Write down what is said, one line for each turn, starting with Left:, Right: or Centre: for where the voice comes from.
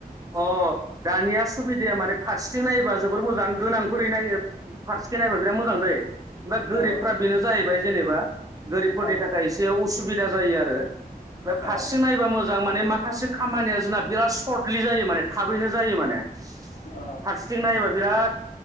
Right: अ दानिया सुबिदाया माने। फारसिथिं नायोबा जोबोर मोजां गोनां। बोरै नायो फारसेखै नायबा बिराद मोजां दै। ओमफाय गोरिबफ्रा
Left: औ
Right: बेनो जाहैबाय जेनेबा गोरिबफोरनि
Left: औ
Right: थाखाय एसे उसुबिदा जायो आरो बे फारसेसिं
Left: औ औ
Right: नायोबा मोज मोजां माने माखासे खामानिया जोंना बिराद सर्ट। लि जायो माने थाबैनो जायो माने
Left: औ
Right: फारसेथिं नायोबा बिराद।